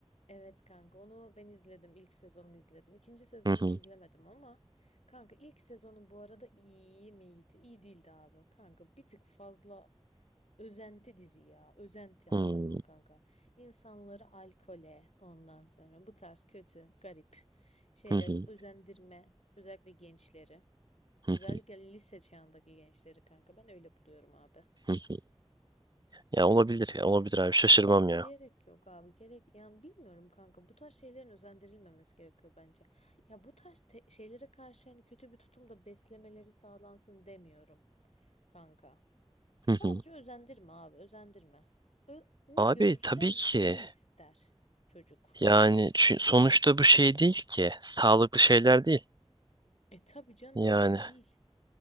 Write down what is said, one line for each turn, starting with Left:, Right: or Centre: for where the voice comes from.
Left: Evet kanka onu ben izledim. İlk sezonunu izledim. İkinci sezonunu
Right: Hı hı.
Left: izlemedim ama kanka ilk sezonu bu arada iyi miydi? İyi değildi abi. Kanka bir tık fazla özenti dizi ya. Özenti anladın
Right: Hı hı.
Left: mı kanka? İnsanları alkole ondan sonra bu tarz kötü, garip şeyleri
Right: Hı hı.
Left: özendirme. Özellikle gençleri.
Right: Hı
Left: Özellikle lise çağındaki gençleri kanka. Ben öyle buluyorum abi.
Right: hı. Ya olabilir ya olabilir abi şaşırmam ya.
Left: Gerek yok abi gerek yani bilmiyorum kanka bu tarz şeylerin özendirilmemesi gerekiyor bence. Ya bu tarz te- şeylere karşı yani kötü bir tutumda beslemeleri sağlansın demiyorum kanka. Sadece
Right: Hı hı.
Left: özendirme abi özendirme. Ö- ne
Right: Abi
Left: görürse
Right: tabii ki.
Left: onu ister çocuk.
Right: Yani çü- sonuçta bu şey değil ki. Sağlıklı şeyler değil.
Left: E tabii canım
Right: Yani
Left: yani değil.